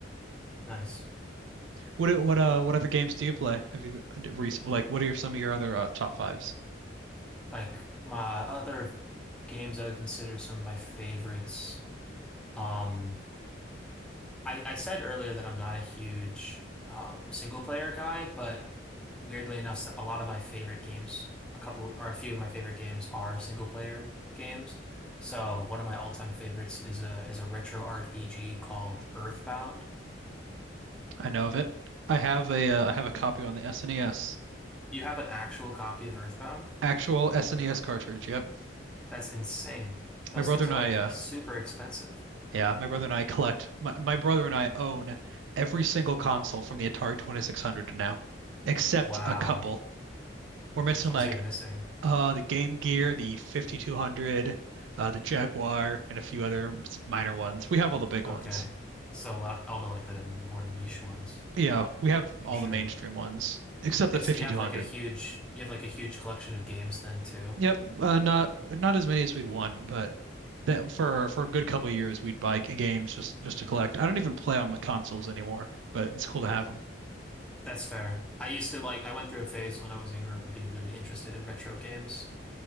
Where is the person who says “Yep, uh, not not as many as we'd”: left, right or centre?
Right